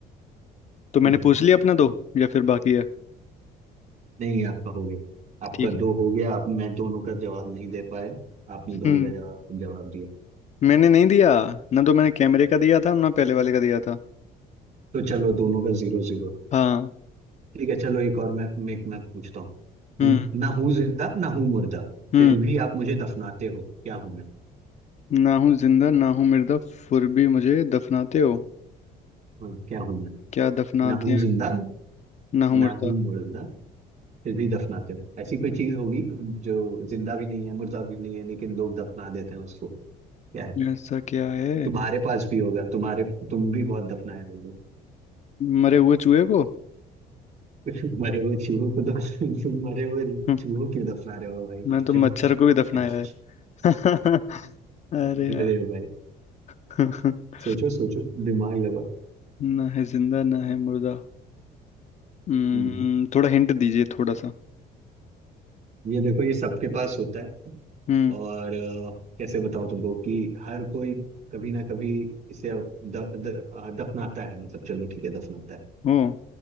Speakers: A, on the left; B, on the right.
A: तो मैंने
B: ठीक है
A: पूछ लिया अपना दो या फिर बाकी है
B: नहीं आपका हो गया आपका
A: ठीक है
B: दो हो गया आप मैं दोनों का जवाब नहीं दे पाया आपने दोनों
A: हम्म
B: का जवाब जवाब दिया
A: मैंने नहीं दिया ना तो मैंने कैमरे का दिया था ना पहले वाले का दिया था
B: तो चलो दोनों का जीरो जीरो
A: हाँ
B: ठीक है चलो एक और मैं मैं, मैं पूछता हूँ
A: हम्म
B: न- ना हूँ जिंदा ना हूँ मुर्दा
A: हम्म
B: फिर भी आप मुझे दफनाते हो क्या हूँ मैं
A: ना हूँ जिंदा ना हूँ मुर्दा फिर भी मुझे दफनाते हो
B: हाँ क्या हूँ मैं
A: क्या दफनाते
B: ना हूँ
A: हैं
B: जिंदा
A: ना हूँ
B: ना
A: मुर्दा
B: हूँ मुर्दा फिर भी दफनाते हो ऐसी कोई चीज होगी जो जिंदा भी नहीं है मुर्दा भी नहीं है लेकिन लोग दफना देते हैं उसको क्या है
A: ऐसा क्या है
B: तुम्हारे पास भी होगा तुम्हारे तुम भी बहुत दफनाए होगे
A: मरे हुए चूहे को
B: <laughs> मरे हुए चूहों को तो <laughs> तुम मरे हुए
A: हम्म,
B: चूहों क्यों दफना रहे हो भाई
A: मैं तो मच्छर को भी दफनाया
B: <laughs>
A: है <laughs> अरे
B: अरे
A: यार
B: भाई
A: <laughs>
B: सोचो सोचो दिमाग लगाओ
A: ना है जिंदा ना है मुर्दा हम्म
B: हम्म,
A: थोड़ा हिंट दीजिए थोड़ा सा
B: ये देखो ये सबके पास होता है
A: हम्म
B: और अ, कैसे बताऊं तुमको कि हर कोई कभी ना कभी इसे द, द, अ, दफनाता है मतलब चलो ठीक है दफनाता है
A: ओ